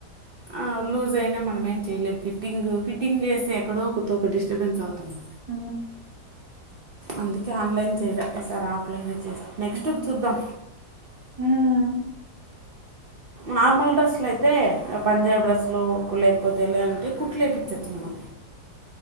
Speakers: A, on the right; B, on the right.
A: ఆ లూజ్ అయినా మనమ ఏం చెయలేం ఫిట్టింగ్ ఫిట్టింగ్ చేస్తే ఎక్కడో ఒక ఒక డిస్టర్బెన్స్ అవుతుంది
B: అ
A: అందుకే ఆన్లైన్ చేయలే ఈ సారీ ఆఫ్లైన్ నెక్స్ట్
B: హ్మ్
A: చూద్దాం
B: హ్మ్
A: నార్మల్ డ్రెస్సులు అయితే పంజాబ్ డ్రెస్లు లేకపోతే లే అంటే కుట్లు వయిించచ్చు మనం